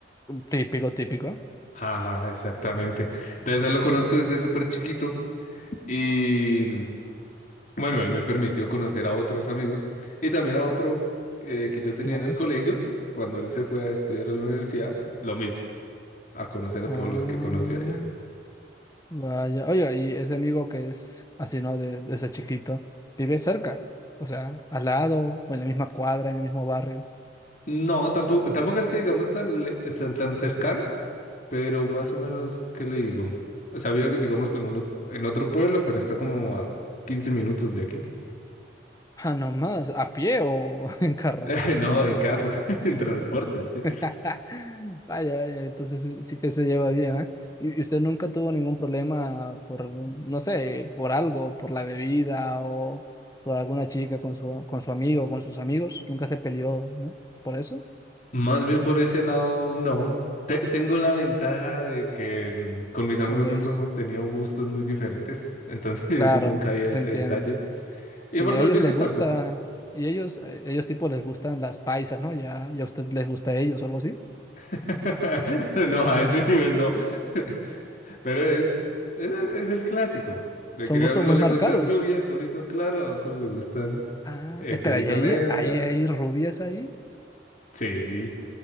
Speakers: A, on the left; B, on the left.
A: Típico, típico, ¿eh?
B: Ajá, exactamente. Entonces, él lo conozco desde súper chiquito y bueno, él me permitió conocer a otros amigos y también a otro eh, que yo tenía
A: no
B: en
A: más.
B: el colegio cuando él se fue a estudiar a la universidad. Lo mismo, a conocer a
A: Oh,
B: todos los que conocí allá.
A: vaya. Oiga, y ese amigo que es así, ¿no? De, desde chiquito, vive cerca, o sea, al lado, o en la misma cuadra, en el mismo barrio.
B: No, tampoco, tampoco es que digamos tan, le- tan, tan cercano, pero más o menos, ¿qué le digo? O sea, había que digamos, con uno en otro pueblo, pero está como a 15 minutos de aquí.
A: Ah, no más, ¿a pie o <laughs> en carro?
B: <laughs> No, en carro, <laughs> en transporte, sí.
A: <laughs> Vaya, vaya, entonces sí sí que se lleva bien, ¿eh? ¿Y y usted nunca tuvo ningún problema por, no sé, por algo, por la bebida o por alguna chica con su, con su amigo o con sus amigos? ¿Nunca se peleó, ¿no? ¿Por eso?
B: Más bien por ese lado, no. Te- tengo la ventaja de que mm, con mis
A: Son
B: amigos
A: gays.
B: siempre hemos tenido gustos muy diferentes, entonces
A: Claro,
B: <laughs> nunca había
A: te
B: ese
A: entiendo.
B: detalle.
A: Sí,
B: Y por los
A: a ellos
B: vicios
A: les gusta,
B: tampoco.
A: y ellos, eh, ellos tipo les gustan las paisas, ¿no? Ya, ya a usted les gusta a ellos o algo así.
B: <laughs> No, a ese nivel no. <laughs> Pero es, es, es el clásico, de
A: Son
B: que
A: gustos
B: a uno
A: muy
B: le
A: marcados.
B: gustan rubias, ojito claro, a otros le gustan
A: Ah,
B: eh,
A: espera,
B: pelito
A: ¿y ahí,
B: negro,
A: ahí
B: tal.
A: hay rubias ahí?
B: Sí,